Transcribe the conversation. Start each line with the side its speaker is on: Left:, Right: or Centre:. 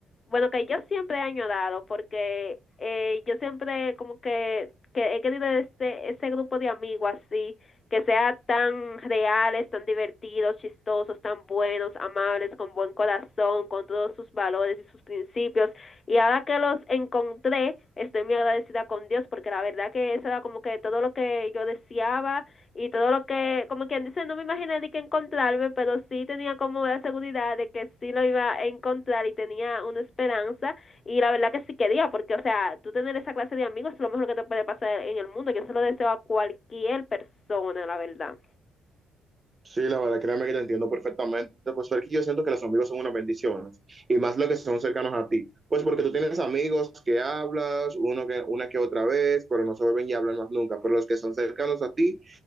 Left: bueno, que yo siempre he añorado porque eh, yo siempre como que, que he querido este, ese grupo de amigos así, que sea tan reales, tan divertidos, chistosos, tan buenos, amables, con buen corazón, con todos sus valores y sus principios. Y ahora que los encontré, estoy muy agradecida con Dios porque la verdad que eso era como que todo lo que yo deseaba y todo lo que, como quien dice, no me imaginé ni que encontrarme, pero sí tenía como la seguridad de que sí lo iba a encontrar y tenía una esperanza y la verdad que sí quería, porque o sea, tú tener esa clase de amigos es lo mejor que te puede pasar en el mundo, yo se lo deseo a cualquier persona, la verdad.
Right: Sí, la verdad, créeme que te entiendo perfectamente. Pues porque yo siento que los amigos son unas bendiciones y más los que son cercanos a ti. Pues porque tú tienes amigos que hablas uno que, una que otra vez, pero no se vuelven y hablan más nunca. Pero los que son cercanos a ti,